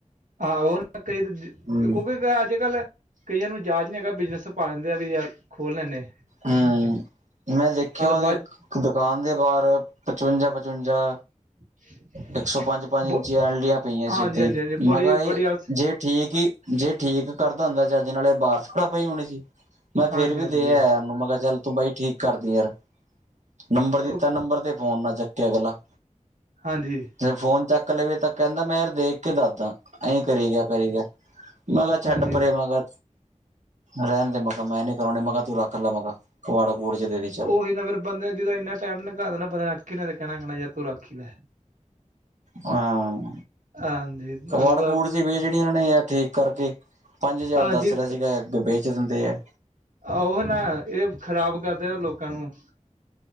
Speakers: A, on the right; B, on the right.
A: <unintelligible>
B: ਹਮ
A: ਅੱਜ ਕੱਲ ਕਈਆਂ ਨੂੰ ਜਾਚ ਨਹੀਂ ਹੈਗਾ। ਬਿਜਨਸ ਪਾ ਲੈਂਦੇ ਆ ਵੀ ਯਾਰ ਖੋਲ ਲੈਂਨੇ।
B: ਹੂੰ, ਮੈਂ ਦੇਖਿਆ ਉਹਦੇ
A: ਬਾਅਦ
B: ਦੁਕਾਨ ਦੇ ਬਾਹਰ ਪਚਵੰਜਾ ਪਚਵੰਜਾ
A: <inaudible>
B: ਇੱਕ ਸੌ ਪੰਜ ਪੰਜ
A: ਬ
B: ਇੰਚੀ ਐਲ ਡੀਆਂ ਪਈਆਂ ਸੀ।
A: ਹਾਂਜੀ
B: ਏਦਾਈ
A: ਹਾਂਜੀ ਹਾਂਜੀ ਬੜੀ
B: ਮਗਰ ਇਹ
A: ਬੜੀ ਆਲਸ
B: ਜੇ ਠੀਕ ਈ। ਜੇ ਠੀਕ ਕਰਦਾ ਹੁੰਦਾ ਚੱਜ ਨਾਲ ਏ ਬਾਰ ਥੋੜੀ ਪਈ ਹੋਣੀ ਸੀ। ਮੈਂ
A: ਹਾਂਜੀ
B: ਫੇਰ ਵੀ
A: ਹਾਂਜੀ
B: ਦੇ ਆਇਆ ੳਨੂੰ। ਮੈਂ ਕਿਹਾ ਚੱਲ ਤੂੰ ਬਾਈ ਠੀਕ ਕਰਦੀ ਯਾਰ। ਨੰਬਰ ਦਿੱਤਾ
A: ਉਹ
B: ਨੰਬਰ ਤੇ ਫੋਨ ਨਾਂ ਚੱਕੇ ਅਗਲਾ।
A: ਹਾਂਜੀ
B: ਤੇ ਫੋਨ ਚੱਕ ਲਵੇ ਤਾਂ ਕਹੰਦਾ। ਮੈਂ ਯਾਰ ਦੇਖ ਕੇ ਦੱਸਦਾ ਐਈ ਕਰੀ ਗਿਆ - ਕਰੀ ਗਿਆ। ਮੈਂ ਕਿਹਾ ਛੱਡ
A: ਹਾਂਜੀ
B: ਪਰੇ ਮੈਂ ਕਿਹਾ ਰਹਿਣ ਦੇ ਮ ਕਿਹਾ ਮੈਂ ਨੀ ਕਰਾਉਣੀ ਮੈਂ ਕਿਹਾ ਤੂੰ ਰੱਖ ਕਰ ਮਗਾ ਕਵਾੜਾ - ਕੁੂੜ ਚ ਦੇ ਦੇ ਚੱਲ।
A: ਉਹੀ ਨਾ ਫੇਰ ਬੰਦੇ ਨੇ ਜਦੋਂ ਇੰਨਾ ਟਾਈਮ ਨਿਘਾ ਦੇਣਾ ਬੰਦੇ ਨੇ ਰਾਖੀ ਨਾਲ ਤੇ ਕਹਿਣਾ ਕਹਿਣਾ ਯ ਤੂੰ ਰਾਖੀ ਲੇ।
B: ਹਾਂ।
A: ਹਾਂਜੀ ਤੁਹਾਨੂੰ
B: ਕਵਾੜ
A: ਪਤਾ
B: - ਕਬੂੜ ਦੀ ਵੇ ਜਿਹੜੀ ਉਹਨਾਂ ਨੇ ਆ ਠੀਕ ਕਰਕੇ ਪੰਜ ਹਜ਼ਾਰ
A: ਹਾਂਜੀ
B: ਦੱਸ ਰਿਆ ਸੀਗਾ ਬੇਚੱ ਦਿੰਦੇ ਆ।
A: ਉਹ ਨਾ ਇਹ ਖ਼ਰਾਬ ਕਰਦੇ ਨਾ ਲੋਕਾਂ ਨੂੰ।